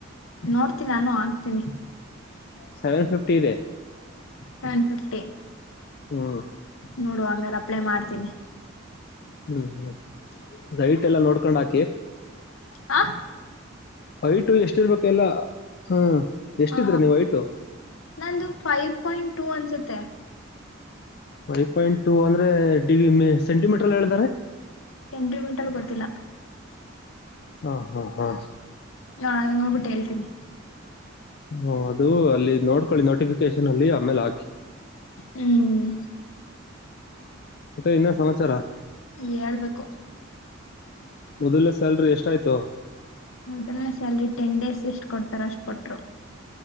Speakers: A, on the left; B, on the left.
A: ನೋಡ್ತೀನಿ ನಾನು ಆಗ್ತೀನಿ.
B: ಸೆವೆನ್ ಫಿಫ್ಟಿಿದೆ
A: ಸೆವೆನ್ ಫಿಫ್ಟಿ
B: ಹ್ಮ್
A: ನೋಡುವ ಹಂಗಾರ ಅಪ್ಲೈ ಮಾಡ್ತೀನಿ.
B: ಹ್ಮ್ ಹ್ಮ್ ಅದ ನೈಟ್ ಎಲ್ಲಾ ನೋಡ್ಕೊಂಡ್ ಹಾಕಿ.
A: ಹಾ
B: ಐಟು ಎಷ್ಟಿರ್ಬೇಕ ಎಲ್ಲ ಹ್ಮ ಎಷ್ಟಿದ್ರ
A: ಹ
B: ನೀವ್ ಐಟು.
A: ನಂದು ಫೈವ್ ಪಾಯಿಂಟ್ ಟೂ ಅನ್ಸುತ್ತೆ.
B: ಫೈ ಪಾಯಿಂಟ್ ಟು ಅಂದ್ರೆ ಡಿಗ ಸೆಂಟಿಮೀಟರ್ಲ್ಲ ಹೇಳದಾದ್ರೆ.
A: ಸೆಂಟಿಮೀಟರ್ ಗೊತ್ತಿಲ್ಲ.
B: ಹಾ ಹಾ
A: ಹಾ ನೋಬಿಟ್ ಹೇಳ್ತೀನಿ.
B: ಹ ಅದು ಅಲ್ಲಿ ನೋಡ್ಕೊಳ್ಳಿ ನೋಟಿಫಿಕೇಶನ್ ಅಲ್ಲಿ ಆಮೇಲೆ ಹಾಕಿ.
A: ಹ್ಮ್
B: ಮತ್ತೆ ಇನ್ನೇನ್ ಸಮಾಚಾರ
A: ಹೇಳ್ಬೇಕು
B: ಮೊದಲನೆ ಸ್ಯಾಲ್ರಿ ಎಷ್ಟಾಯ್ತು.
A: ಮೊದಲನೆ ಸ್ಯಾಲರಿ ಟೆನ್ ಡೇಸ್ ಎಷ್ಟ ಕೊಡ್ತಾರ ಅಷ್ಟ್ ಕೊಟ್ರು.